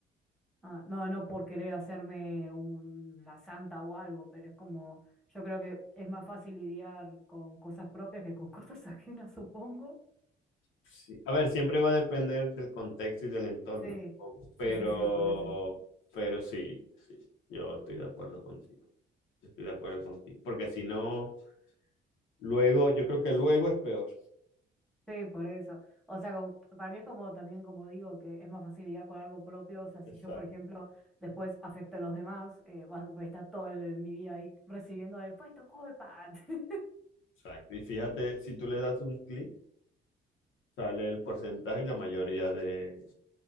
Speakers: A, in the centre; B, on the left.
A: Ah, no, no por querer hacerme un, la santa o algo, pero es como, yo creo que es más fácil lidiar con cosas propias que con <laughs> cosas ajenas, supongo.
B: sí. A ver, siempre va a depender del contexto y del entorno,
A: Sí,
B: supongo.
A: sí,
B: Pero,
A: sí, sí, por eso.
B: pero sí, sí, yo estoy de acuerdo contigo. Yo Estoy de acuerdo contigo. Porque si no, luego, yo creo que luego es peor.
A: Sí, por eso. O sea, como- para mí es como también, como digo, que es más fácil facilidad con algo propio. O sea, si
B: Exacto.
A: yo, por ejemplo, después afecto a los demás, eh, va- voy a estar toda mi vida ahí recibiendo el, fue tu culpa. <laughs>
B: Exacto. Y fíjate, si tú le das un clic, sale el porcentaje y la mayoría de